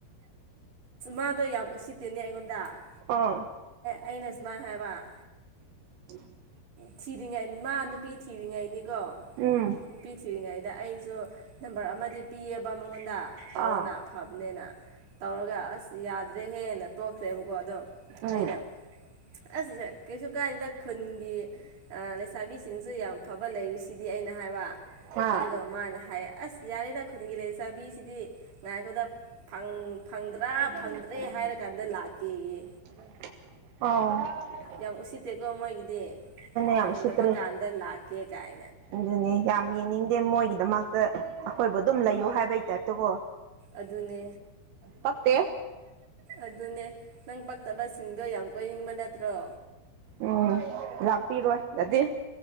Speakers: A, on the right; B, on the right.
A: ꯑꯗꯣ ꯌꯥꯝ ꯎꯁꯤꯠꯇꯦꯅꯦ ꯑꯩꯉꯣꯟꯗ ꯗ
B: ꯑꯥ
A: ꯑꯩꯅ ꯁꯨꯃꯥꯏꯅ ꯍꯥꯏꯕ
B: <unintelligible>
A: ꯊꯤꯔꯤꯉꯩꯅꯤ ꯃꯥ ꯅꯨꯄꯤ ꯊꯤꯔꯤꯉꯩꯅꯤꯀꯣ
B: ꯎꯝ
A: ꯅꯨꯄꯤ ꯊꯤꯔꯤꯉꯩꯗ ꯑꯩꯁꯨ ꯅꯝꯕꯔ ꯑꯃꯗꯤ ꯄꯤꯌꯦꯕ ꯃꯉꯣꯟꯗ ꯇꯧꯑꯣꯅ
B: ꯑꯥ
A: ꯐꯕꯅꯦꯅ ꯇꯧꯔꯒ ꯑꯁ ꯌꯥꯗ꯭ꯔꯦꯍꯦꯟꯅ ꯇꯣꯛꯈ꯭ꯔꯦꯕ ꯀꯣ ꯑꯗꯣ ꯑꯩꯅ
B: ꯎꯝ
A: ꯑꯁꯤꯁꯦ ꯀꯩꯁꯨ ꯀꯥꯏꯗꯗ ꯈꯨꯟꯒꯤ ꯥꯕꯤꯁꯤꯡꯁꯨ ꯌꯥꯝ ꯐꯕ ꯂꯩꯔꯤꯁꯤꯗꯤ ꯑꯩꯅ ꯍꯥꯏꯕ
B: ꯑꯥ
A: ꯑꯗꯨꯒ ꯃꯥꯅ ꯍꯥꯏꯌꯦ ꯑꯁ ꯌꯥꯔꯦꯗ ꯈꯨꯗꯤꯡꯒꯤ ꯂꯩ ꯆꯥꯕꯤꯁꯤꯗꯤ ꯉꯥꯏꯈꯗ ꯐꯪ ꯐꯪꯗ꯭ꯔꯥ
B: ꯑꯣ
A: ꯐꯪꯗ꯭ꯔꯦ ꯍꯥꯏꯔꯀꯥꯟꯗ ꯂꯥꯛꯀꯦꯌꯦ ꯌꯥꯝ ꯎꯁꯤꯠꯇꯦꯀꯣ ꯃꯣꯏꯒꯤꯗꯤ
B: ꯌꯥꯝ
A: ꯐꯪꯗꯕ
B: ꯎꯁꯤꯠꯇ꯭ꯔꯦ
A: ꯀꯥꯟꯗ ꯂꯥꯛꯀꯦ ꯀꯥꯏ
B: ꯑꯗꯨꯅꯦ ꯌꯥꯝ ꯌꯦꯡꯅꯤꯡꯗꯦ ꯃꯣꯏꯒꯤꯗꯃꯛꯇ ꯑꯩꯈꯣꯏꯕꯨ ꯑꯗꯨꯝ ꯂꯩꯌꯨ ꯍꯥꯏꯕꯩ ꯇꯥꯏꯞꯇꯀꯣ
A: ꯑꯗꯨꯅꯦ
B: ꯐꯠꯇꯦ
A: ꯑꯗꯨꯅꯦ ꯅꯪ ꯄꯛꯇꯕꯁꯤꯡꯗꯣ ꯌꯥꯝ ꯀꯣꯏꯅꯤꯡꯕ ꯅꯠꯇ꯭ꯔꯣ
B: ꯎꯝ ꯂꯥꯛꯄꯤꯔꯣꯏ ꯑꯗꯨꯗꯤ